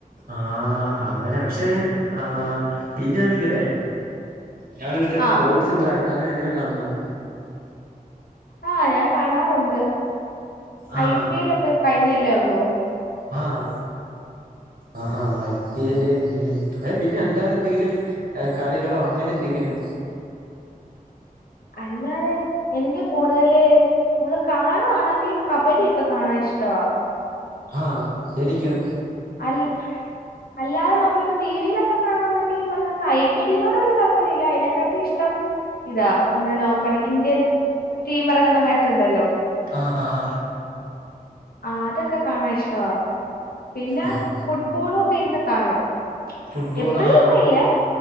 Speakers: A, on the right (about 80°); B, on the left (about 80°).
A: ആഹ് അങ്ങന പഷേ ആ പിന്നാനെങ്കിലേ ഞാനിങ്ങട്ട്
B: ആഹ്
A: സ്‌പോട്സും കാര്യ അങ്ങനെ എന്തെലും കാണുവോ
B: ആഹ് ഞാൻ കാണാറുണ്ട്
A: ആഹ്
B: ഐ പി എൽ ഇപ്പം കഴിഞ്ഞയല്ലേ ഉള്ളൂ
A: ആഹ് ആഹാ ഐ പി എല് ഉം അയ് പിന്നെ അല്ലാതെ എന്തെങ്കിലും ഏ കളികളോ അങ്ങനെ എന്തെങ്കിലും
B: അല്ലാതെ എനിക്ക് കൂടുതല് നമ്മള് കാണുവാണെങ്കി കബഡിയൊക്കെ കാണാൻ ഇഷ്ടവാ
A: ആഹ് എനിക്കും
B: അൽ അല്ലാതെ നമ്മളിപ്പോ ടി വിയിലൊക്കെ കാണുവാന്നെങ്കി ഈ പറഞ്ഞാണക്ക് ഐ പി എല്ലിനോട് വലിയ താല്പര്യം ഇല്ല അയിനെക്കാട്ടി ഇഷ്ടം ഇതാ നമ്മുടെ നോർമല് ഇന്ത്യൻ ടീം ഇറങ്ങുന്ന മാച്ച് ഉണ്ടല്ലോ
A: ആഹ് ഹ ഹ
B: ആ അതൊക്കെ കാണാൻ ഇഷ്ടവാ പിന്നെ
A: ആഹ്
B: ഫുട്ബോളും ഇരുന്ന് കാണും
A: ഫുട്ബോൾ
B: എപ്പഴൊന്നും
A: ആഹ്
B: ഇല്ല